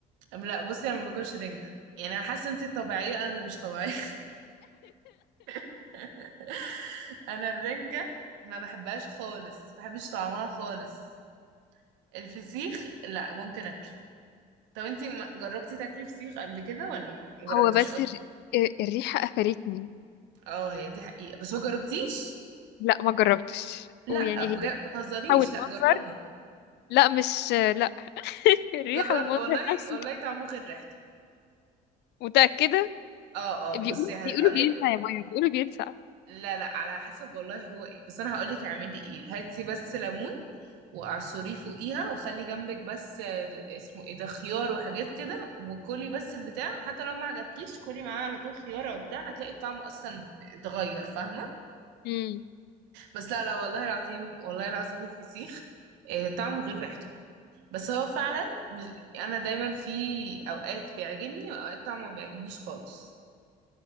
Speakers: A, on the right (about 80°); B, on the left (about 65°).
A: أم لا بصي انا ما باكلش رنجة يعني انا حاسة انت طبيعية انا اللي مش طبيعية <laughs> انا الرنجة ما بحبهاش خالص ما بحبش طعمها خالص الفسيخ لا ممكن اكله طب انت ما- جربتي تاكلي فسيخ قبل كده ولا ما جربتيش
B: هو بس
A: اصلا
B: الر... آه، الريحة قفلتني
A: اه هي دي حقيقة بس ما جربتيش
B: لا ما جربتش
A: لا
B: ويعني
A: بجد
B: هي
A: ما تهزريش
B: او المنظر
A: لا جربي
B: لا مش لا <laughs> الريحة
A: جربي
B: والمنظر
A: والله
B: نفسه
A: والله طعمه غير ريحته
B: متأكدة
A: اه اه
B: بيقولوا
A: بصي هقول
B: بيقولوا بيلسع
A: لك
B: يا مايا بيقولوا بيلسع
A: لا لا على حسب والله هو ايه بس انا هقول لك اعملي ايه هاتي بس ليمون واعصريه فوقيها وخلي جنبك بس آه، اسمه ايه ده خيار وحاجات كده وكلي بس البتاع حتى لو ما عجبكيش كلي معاه على طول خيار او بتاع هتلاقي الطعم اصلا اتغير فاهمه
B: امم
A: بس لا لا والله العظيم والله العظيم الفسيخ آه، طعمه غير ريحته بس هو فعلا مش- انا دايما في اوقات بيعجبني واوقات طبعا ما بيعجبنيش خالص